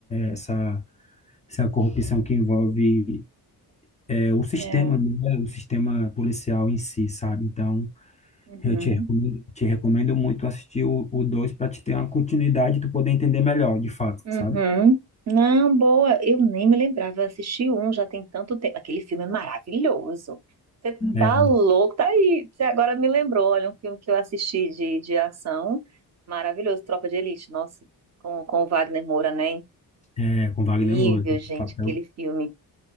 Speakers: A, on the left (about 20°); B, on the right (about 40°).
A: essa essa corrupção que envolve é, o sistema,
B: É.
A: né? O sistema policial em si, sabe? Então,
B: Uhum.
A: eu te recomendo, te recomendo muito assistir o, o dois para te ter uma continuidade e tu poder entender melhor, de fato,
B: Uhum.
A: sabe?
B: Não, boa. Eu nem me lembrava. Eu assisti um já tem tanto tempo. Aquele filme é maravilhoso. Você
A: É,
B: tá louco? Tá aí. Você agora me lembrou. Olha, um filme que eu assisti de, de ação. Maravilhoso. Tropa de Elite. Nossa, com, com o Wagner Moura, né?
A: é, é, com Wagner
B: Incrível,
A: Moura, que é o
B: gente,
A: papel.
B: aquele filme.